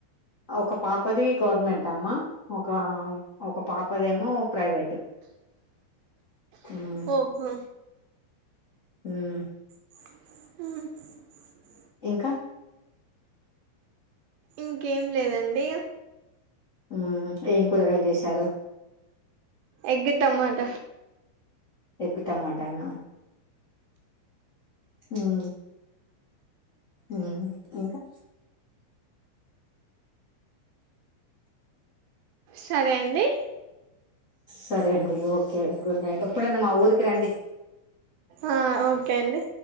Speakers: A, on the left; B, on the right.
A: ఒక పాపది గవర్నమెంట్ అమ్మ ఒక ఒక పాపదేమో ప్రైవేటు హ్మ్
B: ఓహో
A: హ్మ్
B: ఆ
A: ఇంకా
B: ఇంకేం లేదండి
A: ఉమ్ ఏం కూరగాయలు చేసారు
B: ఎగ్ టమాట
A: ఎగ్ టమాటా నా ఉమ్ ఉమ్ ఇంకా
B: సరే అండి
A: సరే అండి ఓకే గుడ్ నైట్ ఎప్పుడన్న మా ఊరికి రండి
B: ఆ ఓకే అండి